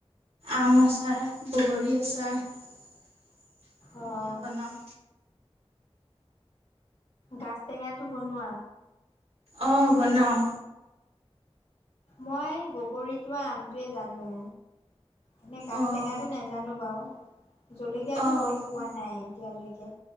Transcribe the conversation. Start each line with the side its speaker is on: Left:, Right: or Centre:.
Right: আম আচাৰ, বগৰী আচাৰ। এনেকে
Left: অ',
Right: বনাও।
Left: গাজ টেঙাটো বনোৱা।
Right: অ বনাওঁ।
Left: মই বগৰীটোৱে আমটোৱে জানো। এনেই গাাজ
Right: অঁ
Left: টেঙাটো নাজানো বাৰু, জলকীয়াটো
Right: অঁ
Left: কৰি পোৱা নাই এতিয়ালৈকে।